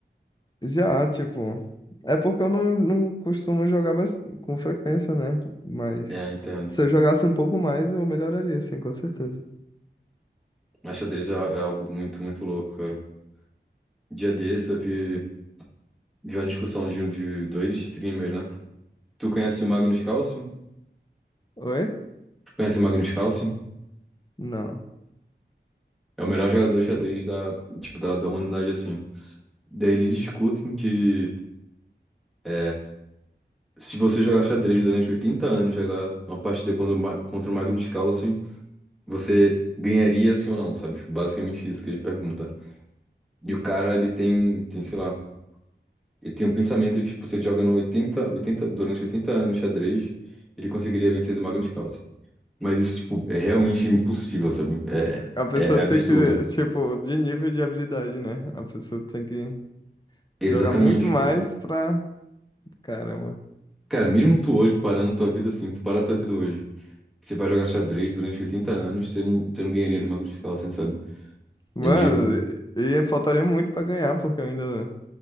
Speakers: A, on the left; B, in the centre.
A: Já, tipo. É porque eu não, não costumo jogar bas- com frequência, né? Mas
B: É, entendo.
A: se eu jogasse um pouco mais, eu melhoraria, assim, com certeza.
B: Mas xadrez é, é algo muito, muito louco, cara. Dia desse eu vi, vi uma discussão de, de dois streamers, né? Tu conhece o Magnus Carlsen?
A: Oi?
B: Tu conhece o Magnus Carlsen?
A: Não.
B: É o melhor jogador de xadrez da, tipo, da, da humanidade, assim. Daí eles discutem que É, se você jogar xadrez durante 80 anos, jogar uma partida contra o, Ma- contra o Magnus Carlsen, você ganharia sim ou não, sabe? Tipo, basicamente isso que ele pergunta. E o cara, ele tem, tem, sei lá, ele tem um pensamento de que, tipo, se ele joga no 80 80 durante 80 anos xadrez, ele conseguiria vencer do Magnus Carlsen. Mas isso, tipo, é realmente impossível, sabe?
A: A pessoa
B: É, é, é absurdo.
A: tem que, tipo, de nível de habilidade, né? A pessoa tem que.
B: Exatamente,
A: Jogar muito mais
B: tipo,
A: pra. Caramba.
B: cara, mesmo tu hoje parando tua vida assim, tu parar tua vida hoje, você vai jogar xadrez durante 80 anos, você não, você não ganharia do Magnus Carlsen, sabe?
A: Mano,
B: É meio.
A: e e faltaria muito pra ganhar, porque eu ainda